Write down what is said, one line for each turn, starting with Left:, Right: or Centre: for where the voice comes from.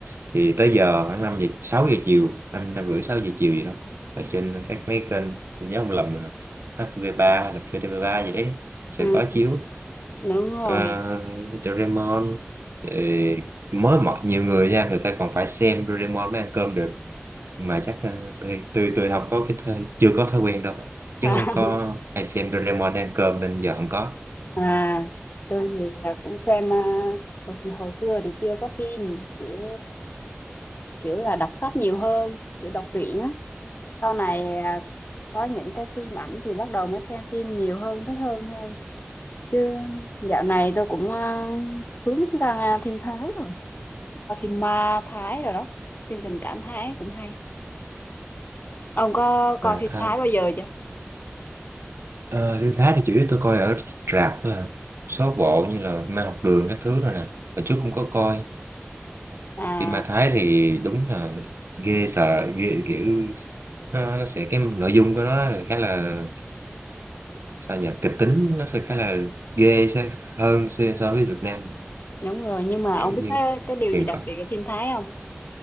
Right: thì tới giờ khoảng năm giờ sáu giờ chiều năm năm rưỡi sáu giờ chiều gì đó ở trên các mấy kênh tôi nhớ không lầm là htv ba hoặc là vtv ba gì đấy sẽ
Left: ừ
Right: có chiếu
Left: đúng rồi
Right: Ờ, Doraemon ờ, mới mọi nhiều người nha người ta còn phải xem Doraemon mới ăn cơm được mà chắc ờ, tôi tôi tôi không có cái thói chưa có thói quen đâu chứ
Left: <laughs>
Right: không có hay xem Doraemon ăn cơm nên giờ không có
Left: À, tôi thì à, cũng xem à, hồi, hồi xưa thì chưa có phim kiểu kiểu là đọc sách nhiều hơn kiểu đọc truyện á sau này à, có những cái phim ảnh thì bắt đầu mới xem phim nhiều hơn thích hơn thôi chứ dạo này tôi cũng à, hướng sang à, phim Thái rồi coi phim ma Thái rồi đó phim tình cảm Thái cũng hay ông có coi
Right: mà
Left: phim
Right: thái
Left: Thái bao giờ chưa
Right: ờ, phim Thái thì chủ yếu tôi coi ở rạp thôi à. số bộ như là Ma học đường các thứ rồi nè mà trước không có coi
Left: à
Right: phim ma Thái thì đúng là ghê sợ ghê kiểu nó, nó sẽ cái nội dung của nó là khá là sao nhỉ kịch tính nó sẽ khá là ghê sẽ hơn so so với Việt Nam
Left: đúng rồi nhưng mà
Right: kiểu
Left: ông biết
Right: như
Left: cái cái điều
Right: huyền
Left: gì đặc
Right: thoại
Left: biệt ở phim Thái không